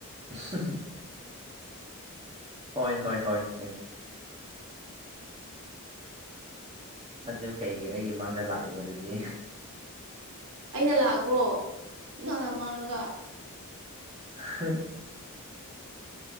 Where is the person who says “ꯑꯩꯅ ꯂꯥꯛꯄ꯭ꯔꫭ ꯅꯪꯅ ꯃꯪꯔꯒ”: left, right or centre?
Right